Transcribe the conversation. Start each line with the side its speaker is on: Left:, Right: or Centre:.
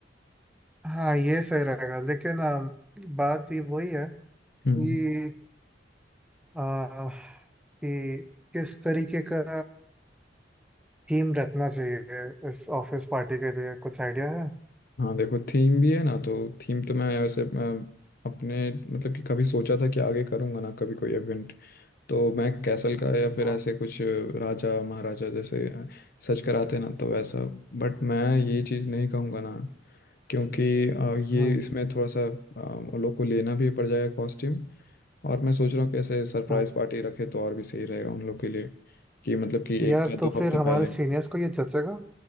Centre: हाँ ये सही रहेगा लेकिन अम, बात ये वही है
Left: हम्म
Centre: कि आ, कि किस तरीके का थीम रखना चाहिए इस ऑफिस पार्टी के लिए कुछ आइडिया है
Left: हाँ देखो थीम भी है ना तो थीम तो मैं वैसे मैं अपने मतलब कि कभी सोचा था कि आगे करूँगा ना कभी कोई इवेंट तो मैं कैसल का या फिर
Centre: हाँ
Left: ऐसे कुछ राजा महाराजा जैसे सच कराते ना तो वैसा बट मैं ये चीज़ नहीं कहूँगा ना क्योंकि अ, ये
Centre: हम्म
Left: इसमें थोड़ा सा अ, उन लोग को लेना भी पड़ जाएगा कॉस्ट्यूम और मैं सोच रहा हूँ कैसे सरप्राइज
Centre: हाँ
Left: पार्टी रखे तो और भी सही रहेगा उन लोग के लिए कि मतलब कि
Centre: यार
Left: एक या
Centre: तो
Left: दो
Centre: फिर
Left: हफ्ते
Centre: हमारे
Left: पहले
Centre: सीनियर्स को ये जचेगा